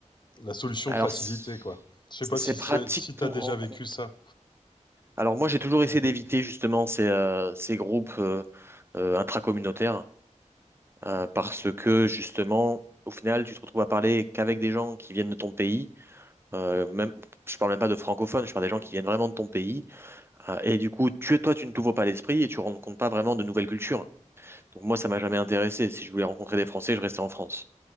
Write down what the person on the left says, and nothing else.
la solution
de facilité,
quoi. Je sais pas
si
c'est, si t'as
déjà
vécu ça.